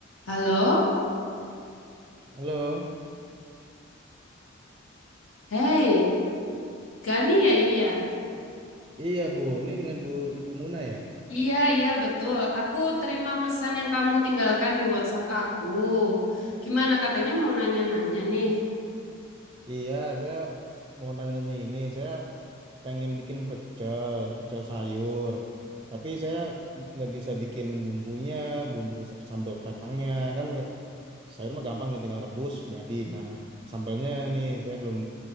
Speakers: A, on the left; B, on the right.
A: Halo,
B: Halo,
A: hey, Gani ya ini ya?
B: iya Bu, ini dengan Bu Ibu Muna ya?
A: Iya, iya betul. Aku terima pesan yang kamu tinggalkan di WhatsApp aku. Gimana katanya mau nanya-nanya nih,
B: Iya, saya mau nanya-nanya ini, saya pengen bikin pecel, pecel sayur. Tapi saya nggak bisa bikin bumbunya, bumbu sa- sambal kacangnya, kan nggak- sayur mah gampang ya tinggal rebus jadi. Nah, sambalnya nih saya belum